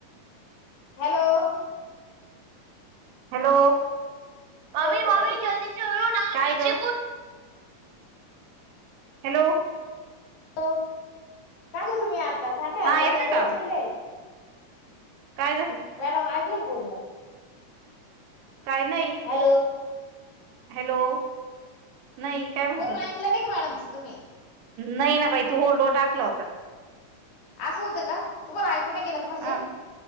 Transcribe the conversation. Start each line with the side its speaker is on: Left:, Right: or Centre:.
Left: हॅलो.
Right: हॅलो. ममी
Left: सविता
Right: ममी
Left: ताई
Right: जलदी काय ग? हॅलो.
Left: हॅलो. काय करू मी आता सांगा.
Right: हा
Left: मॅडम
Right: येतोय
Left: त
Right: का
Left: लय
Right: आवाज
Left: चिडलेय.
Right: काय झालं?
Left: मॅडम ऐकलं का बोलण?
Right: काय? नाही.
Left: हॅलो.
Right: हॅलो. नाही. काय म्हणत
Left: बोलन
Right: होते
Left: ऐकलं नाही का मॅडमचं तुम्ही?
Right: नाही ना बाई. तू होल्ड व टाकला होता.
Left: असं होतं का? तुम्हाला ऐकून नाही गेलं का म्हणजे?
Right: हा